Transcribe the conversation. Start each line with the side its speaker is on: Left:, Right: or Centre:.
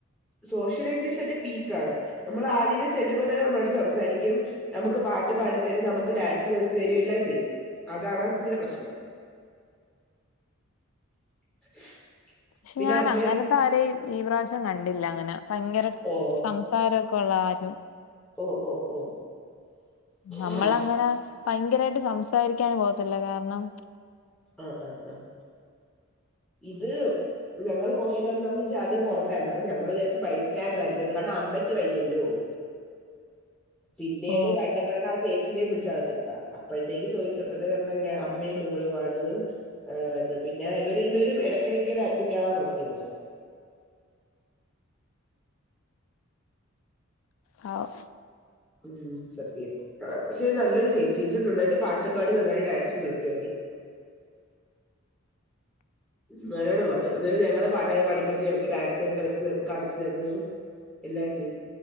Centre: സോഷ്യലൈസേഷൻറ്റ പീക്ക ആണ് നമ്മൾ ആദ്യമേ ചെല്ലുമ്പോൾ തന്നെ നമ്മായിട്ട് സംസാരിക്കും നമുക്ക് പാട്ട് പാടി തരും നമുക്ക് ഡാൻസ് കളിച്ചു തരും എല്ലാം ചെയ്യും. അതാണ് ആ ചേച്ചിന്റെ പ്രശ്നം. <unintelligible>
Left: പക്ഷെ
Centre: പിന്നെ
Left: ഞാൻ
Centre: അമ്മയും
Left: അങ്ങനത്തെ ആരെയ ഈ പ്രാവശ്യം കണ്ടില്ല അങ്ങനെ ഭയങ്കര
Centre: ഓ
Left: പാരൊക്കെള്ളാരും
Centre: ഓ ഓ ഓ
Left: നമ്മളങ്ങനെ
Centre: ആഹ്
Left: ഭയങ്കരായിട്ട് സംസാരിക്കാന് പോകത്തില്ല കാരണം
Centre: ആഹ ആഹ് ആഹ് ഇത് ഞങ്ങള് പോയാന്ന ജാദ്യം പുറത്തായിരുന്നു അപ്പൊ ഞങ്ങൾ വിചരിച്ചു ബസ് സ്റ്റാൻഡർ ആയിരിക്കും ന്ന് കാരണം അമ്മയ്ക്ക് വയ്യല്ലോ.
Left: <inaudible>
Centre: പിന്നെയാണ്
Left: ഓ
Centre: കണ്ടപ്പര ചേച്ചിനെ പിടിച്ച അകത്തിത്ത അപ്പോഴത്തേക്ക് ചോദിച്ചപ്പോഴത്തെേ പറഞ്ഞ അതി അമ്മയും മോളുണ് അ പിന്നെ ഇവരെണ്ടും ഇടക്കിടക്ക ഇങ്ങനെ അഡ്മിറ്റ് ആവാറുണ്ട് ഇവിടെ
Left: ആവു
Centre: ഉം സത്യം ആ പക്ഷെ നല്ലൊരു ചേച്ചി നന്നായിട്ട് പാട്ടും പാട്ടി നന്നായിട്ട് ഡാൻസും കളിക്കു നല്ലോണ്ണം പാടും ന്നാലും ഞങ്ങള് പാട്ടൊക്കെ പടിക്കൊടുത്ത് ഞങ്ങക്ക് ഡാൻസ് കളിച്ച് കാണ്ച്ചു തന്നു എല്ലാം ചെയ്തു.